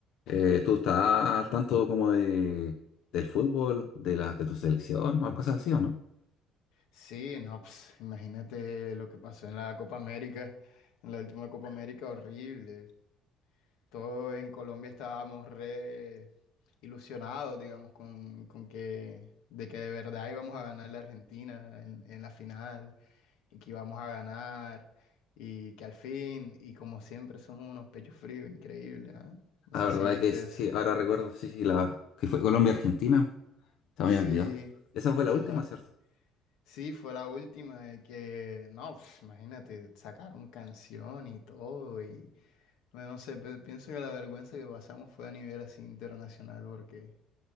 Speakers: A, on the left; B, on the left.
A: Eh, ¿tú estás al tanto como de, del fútbol, de la, de tu selección o cosas así o no?
B: Sí, no, pues, imagínate lo que pasó en la Copa América, en la última Copa América, horrible. Todos en Colombia estábamos re ilusionados, digamos, con, con que de que de verdad íbamos a ganar la Argentina en, en la final y que íbamos a ganar y que al fin, y como siempre, somos unos pechos fríos, increíble, ¿ah? No
A: La
B: sé
A: verdad
B: si viste
A: que sí,
B: eso.
A: sí, ahora recuerdo, sí, sí, la, que fue Colombia-Argentina, se me
B: Sí,
A: había olvidado. Esa fue la
B: ajá.
A: última, ¿cierto?
B: Sí, fue la última de que, no, pf, imagínate, sacaron canción y todo y bueno, no sé, pe- pienso que la vergüenza que pasamos fue a nivel así internacional porque